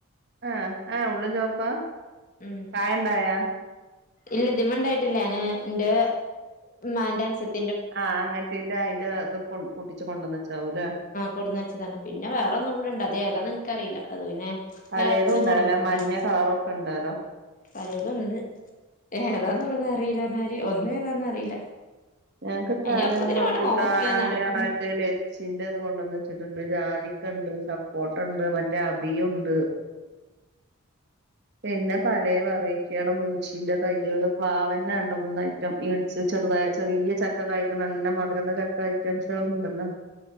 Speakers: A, on the right; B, on the left.
A: ആഹ് ആഹ് ഉള്ളും ചോപ്പാ
B: ഉം
A: കായ ഇണ്ടായ
B: ഇല്ല ഇതിമണ്ടായിട്ടില്ല ഞാന് ഇന്റെ ഇമ്മന്റെ അൻസത്തി
A: ആഹ് അങ്ങനത്തെന്റെ അയിന്റെ അത് പൊട്ടിച്ച് കൊണ്ടുവന്നച്ചാവൂല്ലേ
B: കൊടന്ന് വച്ചതാണ് പിന്നെ വേറെ ഒന്നും കൂടെ ഇണ്ട് അത് ഏതാന്ന് എനിക്കറിയില്ല അത് പിന്നെ
A: പാലെത്തും
B: എളച്ചൻ
A: ഇണ്ടല്ലേ
B: കൊടുന്നന്നതാണ്
A: മഞ്ഞ കളറൊക്കെ ഉണ്ടല്ലോ
B: പലേതുണ്ട് ഏതാന്നുള്ളത് അറിയില്ല പറഞ്ഞാല് ഒന്നും ഏതാന്ന അറിയില്ല
A: ഞങ്ങക്ക് ത്രാണെന്നു
B: അയിന് ഒക്കത്തിനും
A: റബ്യുട്ടാന്
B: വേണ്ടേ നോക്കിങ്ങനെ നടക്കാന്
A: ആറ്റല് ച്ചിന്റേത് കൊണ്ടന്ന് വെച്ചിട്ടുണ്ട് ജാതിക്കണ്ട് സപ്പോട്ടാണ്ട് മറ്റേ അഭിയുണ്ട് പിന്നെ പല വെറൈറ്റിയാള് മൂച്ചീന്റെ തൈയാള് പ്ലാവന്നെ രണ്ട് മൂന്നു ഐറ്റം വേടിച്ച് ചെറുതായി ചെറിയ ചക്ക കായ്ക്കണം നല്ല മധുരോള്ള ചക്ക ഐറ്റംസള്ള് ഉണ്ടല്ലോ